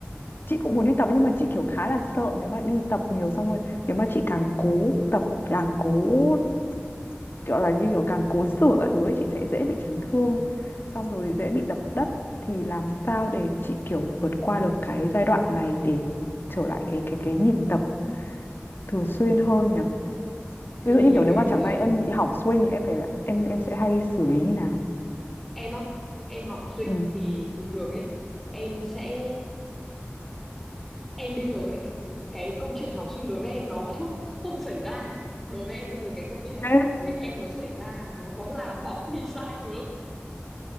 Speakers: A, on the left (about 55°); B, in the centre.
A: chị cũng muốn đi tập nhưng mà chị kiểu khá là sợ nếu mà đi tập nhiều xong rồi nếu mà chị càng cố tập càng cố kiểu là như kiểu càng cố sửa các thứ ấy chị sẽ dễ bị chấn thương xong rồi dễ bị đập đất thì làm sao để chị kiểu vượt qua được cái giai đoạn này để trở lại cái cái cái nhịp tập thường xuyên hơn nhỉ
B: thì
A: ví dụ như kiểu nếu
B: bây
A: mà chẳng
B: giờ
A: may em bị hỏng swing thì em phải em em sẽ hay xử lý như nào
B: em á em học sinh
A: ừ
B: thì thường thường ấy em sẽ em bây giờ ấy, cái câu chuyện học sinh đối với em nó <laughs> không xảy ra đối với em bây giờ cái câu chuyện
A: Đấy,
B: mà về em nó xảy ra nó là bóng đi sai hướng